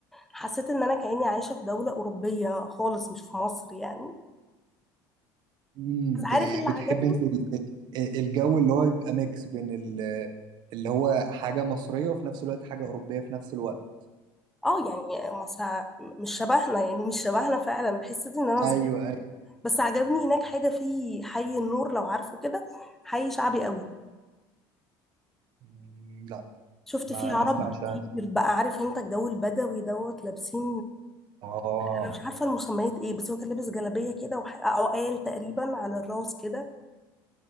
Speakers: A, in the centre; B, on the right (about 55°).
A: حسيت ان انا كأني عايشة في دولة أوروبية خالص مش في مصر يعني
B: امم
A: بس عارف اللي
B: بتحب
A: عجبني
B: انت ال- ال- الجو اللي هو يبقى ميكس بين ال- اللي هو حاجة مصرية وفي نفس الوقت حاجة أوروبية في نفس الوقت
A: اه يعني مصر مش شبهنا يعني مش شبهنا فعلا بحس ان انا
B: ايوه
A: صغيرة
B: ايوه
A: بس عجبني هناك حاجة في حي النور لو عارفه كده حي شعبي قوي
B: مم، لا
A: شفت
B: ما
A: فيه اه
B: ما
A: عرب
B: اسمعش
A: كتير
B: أنا.
A: بقى عارف انت الجو البدوي دوت لابسين
B: اه
A: انا مش عارفة المسميات ايه بس هو كان لابس جلابية كده وح- عقال تقريبا على الراس كده